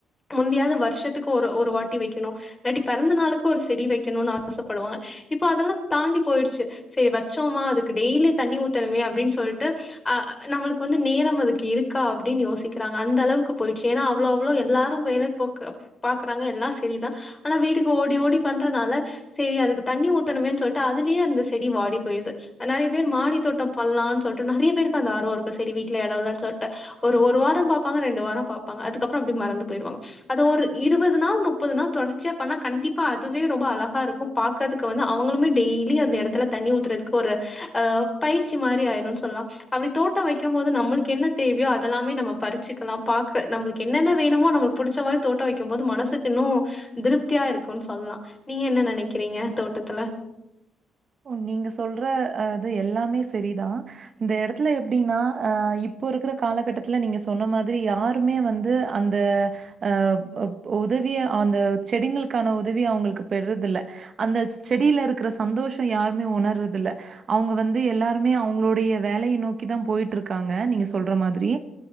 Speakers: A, on the left; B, on the right.
A: முந்தியாது வர்ஷத்துக்கு ஒரு ஒரு வாட்டி வெக்கணு இல்லாட்டி பெறந்த நாளுக்கு ஒரு செடி வெக்கணுனு ஆச படுவா இப்ப அதெல்லா தாண்டி போய்டுச்சு செரி வச்சோமா அதுக்கு டெய்லி தண்ணி ஊத்தணுமே அப்டின் சொல்ட்டு அ நம்மளுக்கு வந்து நேரம் அதுக்கு இருக் க்கா அப்டின் யோசிக்கிறாங்க அந்த அளவுக்கு போய்ட்ச்சு ஏன்னா அவ்ளோ அவ்ளோ எல்லாரு வேலக் போக்க பாக்றாங்க எல்லா செரி தா ஆனா வீட்டுக்கு ஓடி ஓடி பண்றனால செரி அதுக்கு தண்ணி ஊத்தணுமேன் சொல்ட்டு அதுலேயே அந்த செடி வாடி போய்டுது நெறய பேர் மாடி தோட்டம் பண்லான் சொல்ட்டு நெறய பேருக்கு அந்த ஆர்வொ இருக்கு செரி வீட்ல எடொ இல்லன் சொல்ட்டு ஒரு ஒரு வாரொ பாப்பாங்க ரெண்டு வாரொ பாப்பாங்க அதுக்கப்பறொ அப்டி மறந்து போயிடுவாங்க அது ஒரு இருவது நாள் முப்பது நாள் தொடர்ச்சியா பண்ணா கண்டிப்பா அதுவே ரொம்ப அழகா இருக் கு பாக்கறதுக்கு வந்து அவுங்களுமே டெய்லி அந்த எடத்துல தண்ணி ஊத்துறதுக்கு ஒரு அ பயிற்சி மாரி ஆயிரு சொல்லலா அப்டி தோட்டொ வெக்கும் போது நம்மளுக்கு என்ன தேவையோ அதெல்லாமே நம்ம பறிச்சுக்கலாம் பாக்க நம்மளுக்கு என்னென வேணுமோ நம்ளுக் புடுச்ச மாரி தோட்டொ வெக்கும் போது மனசுக்கு இன்னொ திருப்தியா இருக்குனு சொல்லா நீங்க என்ன நெனக்கிறீங்க தோட்டத்துல
B: ஒ நீங்க சொல்ற அது எல்லாமே செரி தா இந்த எடத்துல எப்டினா இப்போ இருக்குற காலகட்டத்துல நீங்க சொன்ன மாதிரி யார் ருமே வந்து அந்த அ ஓதவிய அந்த செடிங்களுக்கான உதவி அவுங்களுக்கு பெர்றதில்ல அந்த செடியில இருக்குற சந்தோஷொ யாருமே ஒணர்றதில்ல அவுங்க வந்து எல்லாருமே அவுங்களுடைய வேலய நோக்கிதா போயிட்டு இருக்காங்க நீங்க சொல்ற மாதிரி